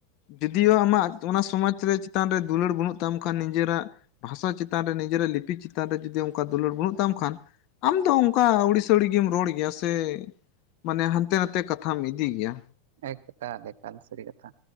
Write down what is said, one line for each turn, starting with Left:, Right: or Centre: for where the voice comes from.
Left: ᱡᱩᱫᱤᱭᱳ ᱟᱢᱟᱜ ᱚᱱᱟ ᱥᱚᱢᱟᱡᱽ ᱨᱮ ᱪᱮᱛᱟᱱ ᱨᱮ ᱫᱩᱞᱟᱹᱲ ᱵᱟᱹᱱᱩᱜ ᱛᱟᱢ ᱠᱷᱟᱱ ᱱᱤᱡᱮᱨᱟ᱾ ᱵᱷᱟᱥᱟ ᱪᱮᱛᱟᱱ ᱨᱮ ᱱᱤᱡᱮᱨᱟᱜ ᱞᱤᱯᱤ ᱪᱮᱛᱟᱱ ᱨᱮ ᱡᱩᱫᱤ ᱚᱱᱠᱟ ᱫᱩᱞᱟᱹᱲ ᱵᱟᱹᱱᱩᱜ ᱛᱟᱢ ᱠᱷᱟᱱ᱾ ᱟᱢ ᱫᱚ ᱚᱱᱠᱟ ᱟᱹᱣᱲᱤ ᱥᱟᱹᱣᱲᱤ ᱜᱮᱢ ᱨᱚᱲ ᱜᱮᱭᱟ ᱥᱮ᱾ ᱢᱟᱱᱮ ᱦᱟᱱᱛᱮ ᱱᱟᱛᱮ ᱠᱟᱛᱷᱟᱢ ᱤᱫᱤ ᱜᱮᱭᱟ᱾
Right: ᱮᱠᱟᱞ ᱮᱠᱟᱞ ᱥᱟᱹᱨ ᱠᱟᱛᱷᱟ